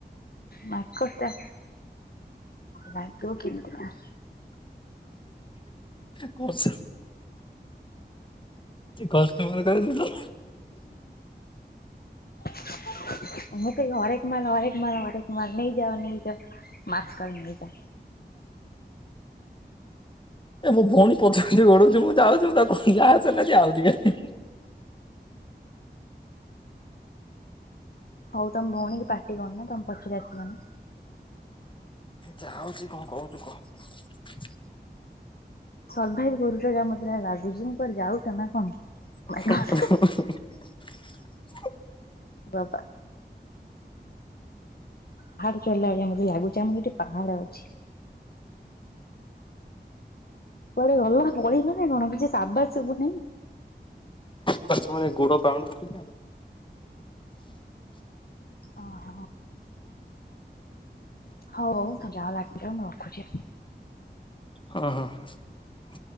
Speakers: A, on the left; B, on the left.
A: ମାର୍କର୍ ଟା ଲାଗିବ କେମିତି କା?
B: କସ, କଷ୍ଟମର କ ଦ ତୁ।
A: <inaudible> ମତେ ହରେକ ମାଲ ହରେକ ମାଲ ହରେକ ମାଲ ନେଇଯାଅ ନେଇଯାଅ। ମାଥକଲ ନେଇଜା।
B: ଏ ମୋ ଭଉଣୀ ପଛ ପଛେ ଗୋଡ଼ଉଚି ମୁଁ ଯାଉଛି ତା ଯା ଚନା ଜାଉ ଟିକେ।
A: ହଉ ତମ ଭଉଣୀ କି ପାାର୍ଟି କରୁନ ତମ ପଛରେ ଆସିବନି।
B: ଯାଉଛି କଣ କହୁଛୁ କହ।
A: ସର୍ଭାଇଭ କରୁଛ ଯା ମତେ ଯାହା ଲାଗୁଛି ମୁଁ କୁଆଡେ ଯାଉଛ ନା କଣ?
B: <inaudible>
A: ମାଇଁ ଗଡ୍ ବାବା। ପାହାଡ ଚରିଲା ଭଳିଆ ମତେ ଲାଗୁଛି ଆମର ଏଠି ପାହାଡ ଅଛି। କୁଆଡେ ଗଲ ପଳେଇଲ ନା କଣ କିଛି ଆବାଜ ସୁବୁ ନାଇଁ।
B: ତାରତ ଫେନେ ଗୋଡ ପାଉନି।
A: ଓ ହୋ। ହଉ ହଉ ତ ଯାହା ଲାଗିବ ମୁଁ ରଖୁଚି।
B: ହ ହୋ।